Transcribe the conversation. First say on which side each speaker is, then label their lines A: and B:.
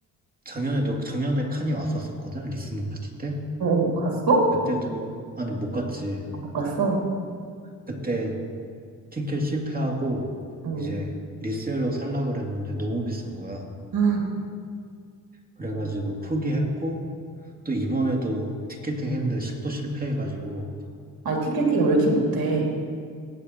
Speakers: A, on the right (about 20°); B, on the right (about 55°).
A: 작년에도, 작년에 칸이 왔었었거든? 리스닝 파티 때?
B: 어, 어, 갔어?
A: 그때도, 아니, 못 갔지.
B: 아, 못 갔어?
A: 그때 티켓 실패하고
B: 응.
A: 이제 리셀로 살라 그랬는데 너무 비싼 거야.
B: 아,
A: 그래가지고 포기했고 또 이번에도 티켓팅 했는데 실- 또 실패해가지고
B: 아니, 티켓팅 왜 이렇게 못해?